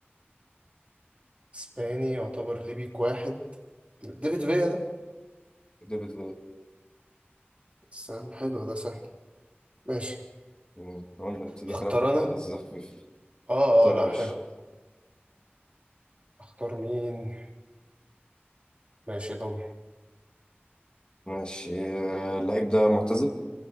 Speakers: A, on the right; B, on the left.
A: اسباني يعتبر ليه بيك واحد ديفيد فيا ده
B: ديفيد
A: بس يا عم حلو ده سهل ماشي
B: مم. قلنا نبتدي
A: اختار
B: كلام حاجة
A: انا
B: لذيذة خفيفة
A: اه
B: طار
A: اه لا
B: يا باشا
A: حلو اختار مين ماشي ضمير
B: ماشي آه، اللعيب ده معتزل